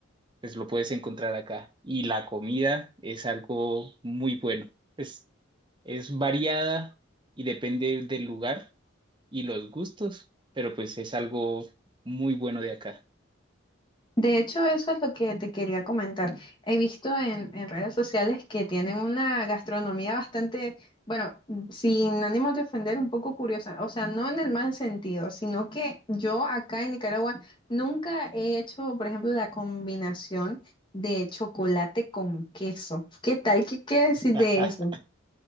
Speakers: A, on the right; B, on the left.
A: pues lo puedes encontrar acá. Y la comida es algo muy bueno. Pues es variada y depende del lugar y los gustos, pero pues es algo muy bueno de acá.
B: De hecho, eso es lo que te quería comentar. He visto en, en redes sociales que tienen una gastronomía bastante, bueno, sin ánimo de ofender, un poco curiosa. O sea, no en el mal sentido, sino que yo acá en Nicaragua nunca he hecho, por ejemplo, la combinación de chocolate con queso. ¿Qué tal? ¿Qué qué decir
A: <laughs>
B: de eso?